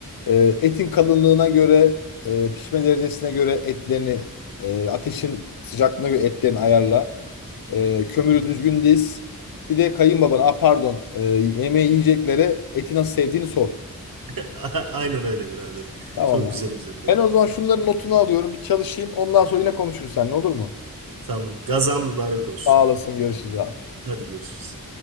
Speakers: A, on the left; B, on the right.
A: Ee, etin kalınlığına göre, e, pişme derecesine göre etlerini, e, ateşin sıcaklığına göre etlerini ayarla. Ee, kömürü düzgün diz. Bir de kayınbabana, ah pardon, e, yemeği yiyeceklere eti nasıl sevdiğini sor.
B: <laughs> A- Aynen öyle biraderim.
A: Tamam
B: Çok
A: abi.
B: güzel özetledin.
A: Ben o zaman şunların notunu alıyorum. Bir çalışayım. Ondan sonra yine konuşuruz seninle olur mu?
B: Tamam. Gazan mübarek olsun.
A: Sağ olasın. Görüşürüz abi.
B: Hadi görüşürüz.